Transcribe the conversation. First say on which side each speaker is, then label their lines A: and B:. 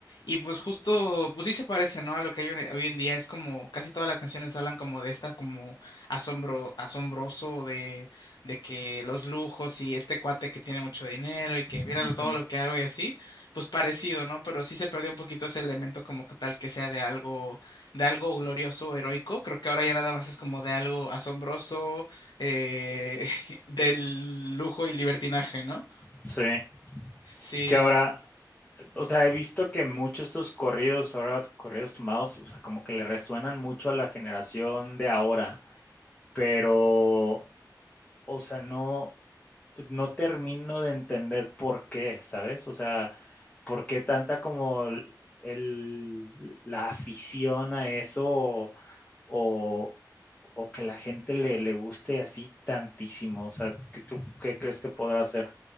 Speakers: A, on the left; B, on the left.
A: Y pues justo, pues sí se parece, ¿no? A lo que hay hoy hoy en día. Es como, casi todas las canciones hablan como de esta, como asombro, asombroso, de, de que los lujos y este cuate que tiene mucho dinero y que
B: -huh,
A: mira lo- todo lo que hago y así, pues parecido, ¿no? Pero sí se perdió un poquito ese elemento como que tal que sea de algo, de algo glorioso, heroico. Creo que ahora ya nada más es como de algo asombroso eh, <laughs> del lujo y libertinaje, ¿no?
B: sí.
A: Sí,
B: Que ahora,
A: sí, sí.
B: o sea, he visto que muchos estos corridos, ahora corridos tomados, o sea, como que le resuenan mucho a la generación de ahora, pero, o sea, no, no termino de entender por qué, ¿sabes? O sea, por qué tanta como el, la afición a eso o, o, o que la gente le, le, guste así tantísimo. O sea, ¿qué, ¿tú qué crees que podrá hacer